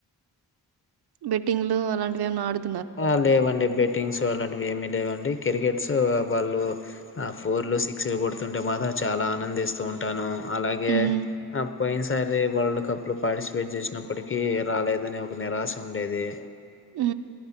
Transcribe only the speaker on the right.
బెట్టింగ్లు అలాంటివి ఏమన్నా ఆడుతున్నారా
హ్మ్.
ఉ